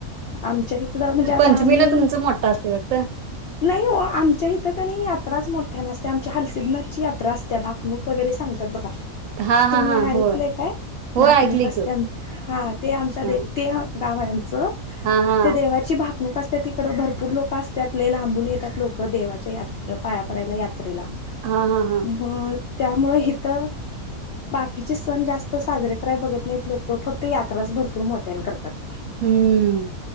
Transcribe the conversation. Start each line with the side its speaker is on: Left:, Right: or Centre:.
Left: आमच्या इकडं म्हणजे आता
Right: पंचमीला
Left: आम्ही
Right: तुमच मोठा असल्यावर तर
Left: नाही आमच्या इथं का नाही आ यात्राच मोठ्या नसत आमच्या हलसिदनाथची यात्रा असते्या भागणूक वगैरे सांगतात बघा
Right: हा हा
Left: तुम्ही
Right: हा
Left: ऐकलय
Right: होय
Left: काय
Right: होय
Left: भाकणूक
Right: ऐकली
Left: असते
Right: की हो.
Left: आ हा ते आमचा
Right: हा
Left: ते गाव आहे आमचं
Right: हा हा
Left: ते देवाची भाकणूक असते तिकड भरपूर लोक असतात आपले लांबून येतात लोक देवाच्या या पाया पडयला
Right: हा हा हा
Left: म त्यामुळे हथ बाकीचे सण जास्त साजरे कराय बघत नाहीत लोक फक्त यात्राच भरपूर मोटेन करतात
Right: हम्म